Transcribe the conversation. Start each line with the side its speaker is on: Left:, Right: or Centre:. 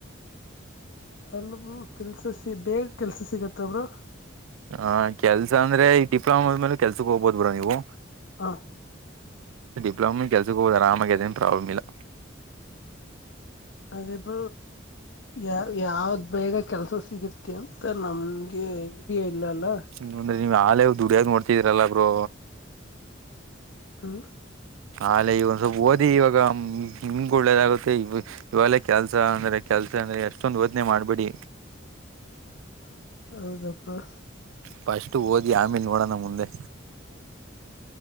Left: <unintelligible>
Right: ಹ ಕೆಲ್ಸ ಅಂದ್ರೆ ಡಿಪ್ಲೊಮಾ ಆದ್ಮೇಲೆ ಕೆಲ್ಸಕ್ ಹೋಗ್ಬೋದ ಬ್ರೋ ನೀವು
Left: ಹಾ
Right: ಡಿಪ್ಲೊಮ ಕೆಲ್ಸಕ್ಕೆ ಹೋದಾರ ಆಮಾಗ ಅದೇನು ಪ್ರಾಬ್ಲಮ್ ಇಲ್ಲ
Left: ಅದೇ ಬ ಯ ಯಾವ್ದ್ ಬೇಗ ಕೆಲ್ಸ ಸಿಗತ್ತೆ ಅಂತ ನಮ್ಗೆ ಇಲ್ಲ ಅಲ್ಲ
Right: ಹ್ಮ ಅಂದ್ರೆ ನೀವ್ ಹಾಲ ದುಡಿಯದ ದೊಡಿತಿರಲ್ಲ ಬ್ರೋ
Left: ಹಾ
Right: ಆಲೆ ಈಗ ಒಂದ್ ಸ್ವಲ್ಪ ಓದಿ ಇವಾಗ ಈ ನಿಮ್ಗೂ ಒಳ್ಳೇದಾಗುತ್ತೆ ಇ ಇವಲ್ಲ ಕೆಲ್ಸ ಅಂದ್ರೆ ಕೆಲ್ಸ ಅಂದ್ರೆ ಎಷ್ಟೊಂದ್ ಓದನೆ ಮಾಡ್ಬಿಡಿ
Left: <unintelligible>
Right: ಫಸ್ ಓದಿ ಆಮೇಲೆ ನೋಡೋಣ ಮುಂದೆ